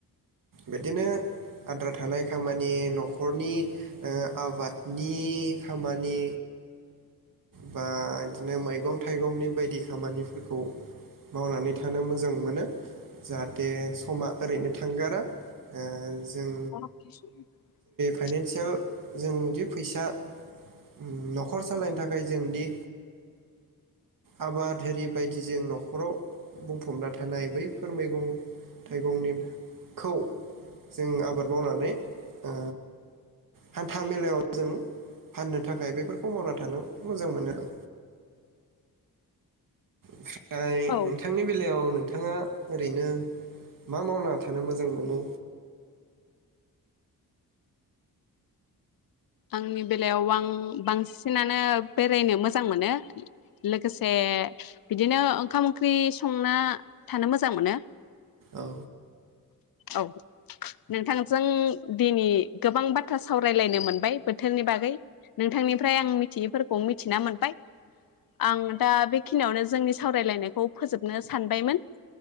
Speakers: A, on the right (about 60°); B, on the left (about 70°).
A: बिदिनो आद्रा थानाय खामानि न'खरनि ओ आबादनि खामानि बा इदिनो मैगं थाइगंनि बायदि खामानिफोरखौ मावनानै थानो मोजां मोनो जाहाथे। समा ओरैनो थांगारा ओ जों
B: <inaudible>
A: फाइनेनसियेल जों दि फैसा ओम न'खर सालायनो था खाय जोंदि आबाद होरि बायदि जों न'खराव बुंफबना थानाय बैफोर मैगं थाइगंनिखौ जों आबाद मावनानै ओ हान्था मेलायाव जों फाननो थाखाय बेफोरखौ मावना थानो मोजां मोनो आं आफाय
B: औ
A: नोंथांनि बेलायाव नोंथ नोंथाङा ओरैनो मा मावना थानो मोजां मोनो?
B: आंनि बेलायाव आं बांसिनानो बेरायनो मोजां मोनो लोगोसे बिदिनो ओंखाम ओंख्रि संना थानो मोजां मोनो।
A: औ।
B: औ नोंथांजों दिनै गोबां बाथ्रा सावरायलायनो मोनबाय। बोथोरनि बागै नोंथांनिफ्राय आं मिथियैफोरखौ मिथिना मोनबाय। आं दा बे खिनियावनो जोंनि सावरायलायनायखौ फोजोबनो सानबायमोन।